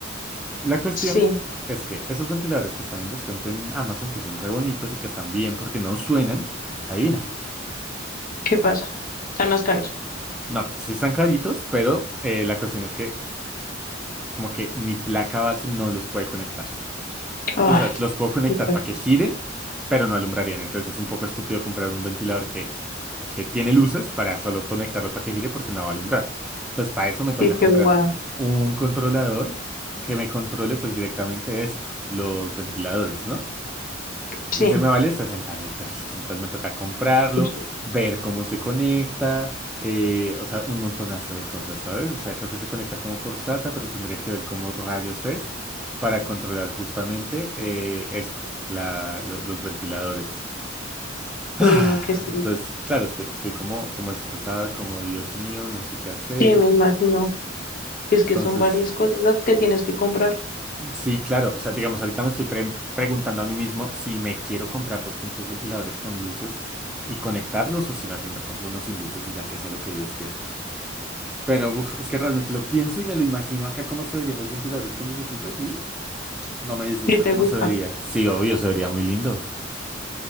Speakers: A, in the centre; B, on the left (about 45°).
A: La cuestión
B: Sí,
A: es que esos ventiladores que están en descuento en Amazon, que son re bonitos y que están bien porque no suenan, adivina.
B: ¿qué pasa? Están más caros.
A: No, pues sí están caritos, pero eh, la cuestión es que como que mi placa base no los puede conectar.
B: Ay,
A: Sí, o sea, los puedo conectar
B: chica,
A: para que giren, pero no alumbrarían. Entonces es un poco estúpido comprar un ventilador que, que tiene luces para solo conectarlo para que gire porque no va a alumbrar. Entonces para eso me toca
B: sí, qué
A: comprar
B: guau.
A: un controlador que me controle pues directamente esto, los ventiladores, ¿no?
B: Sí.
A: Ese me vale sesenta mil pesos. Entonces me toca comprarlo,
B: Uy,
A: ver cómo se conecta, eh, o sea, un montonazo de cosas, ¿sabes? O sea, creo que se conecta como por SATA, pero tendría que ver cómo rayos es para controlar justamente eh, esto, la- lo- los ventiladores. <sighs> Ah,
B: uy, no, qué estrés.
A: Entonces, claro, estoy, estoy como, como estresado, como Dios mío, no sé qué hacer.
B: Sí, me imagino. Y es que
A: Entonces,
B: son varias cosas las que tienes que comprar.
A: Sí, claro. O sea, digamos, ahorita me estoy pre- preguntando a mí mismo si me quiero comprar los pinches ventiladores con luces y conectarlos o si más bien me compro unos sin luces y ya que sea lo que Dios quiera. Pero uf, es que realmente lo pienso y me lo imagino acá cómo se verían los ventiladores con lucecitas y no me disgusta
B: ¿Qué te
A: cómo
B: gusta?
A: se vería. Sí, obvio, se vería muy lindo.